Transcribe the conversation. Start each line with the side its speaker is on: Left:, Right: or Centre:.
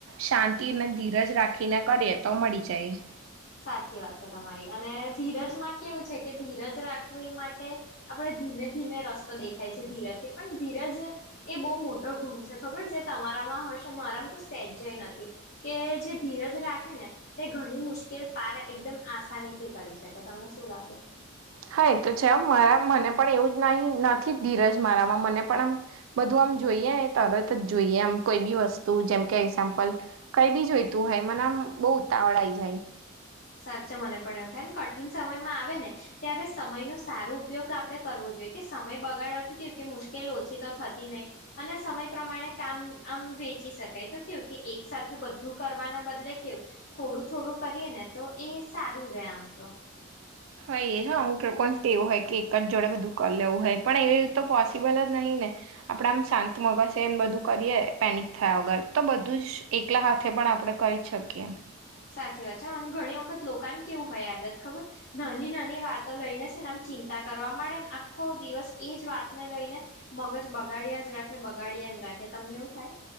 Right: શાંતિને ધીરજ રાખીને કરીએ તો મળી જાય.
Left: સાચી વાત છે તમારી અને ધીરજમાં કેવું કે છે ધીરજ રાખવી માટે આપણે ધીમે ધીમે રસ્તો દેખાય છે ધીરજથી પણ ધીરજ એ બહુ મોટો ગુણ છે ખબર છે તમારામાં હશે મારામાં તો સેજેય નથી. કે જે ધીરજ રાખે ને તે ઘણી મુશ્કે કે પારા એકદમ આસાનીથી કરી શકે તમને શું લાગે?
Right: હા એ તો છે મારા મને પણ એવું જ નથી ધીરજ મારામાં મને પણ આમ બધું આમ જોઈએ એ તરત જ જોઈએ આમ કોઈ બી વસ્તુ જેમકે એક્ઝામ્પલ કઈ બી જોઈતું હોય મન આમ બહુ ઉતાવળ આવી જાય.
Left: સાચે મને પણ એવુ થાય ને કઠિન સમયમાં આવે ને ત્યારે સમયનો સારો ઉપયોગ આપણે કરવો જોઈએ કે સમય બગાડવાથી કેવું કે મુશ્કેલ ઓછી તો થતી નહી. અને સમય પ્રમાણે કામ આમ વેચી શકાય તો કેવું કે એક સાથે બધું કરવાના બદલે કેવું થોડું થોડું કરીએ ને તો એ સારું રે આમ તો.
Right: હોય એ હ અમુક લોકોને તે એવું હોય કે એક જ જોડે બધું કર લેવું હોય પણ એવી તો પોસિબલ જ નહીં ને આપણા આમ શાંત મગજ છે ને બધું કરીએ પેનિક થયા વગર તો બધું જ એકલા હાથે પણ આપણે કરી જ શકીએ.
Left: સાચી વાત છે અને ઘણી વખત લોકાને કેવું હોય આદત ખબર નાની નાની વાતો લઈને છે ને આમ ચિંતા કરવા માંડે ને આખો દિવસ એજ વાતને લઈને મગજ બગાડિયા જ રાખે બગાડિયા જ રાખે તમને એવું થાય?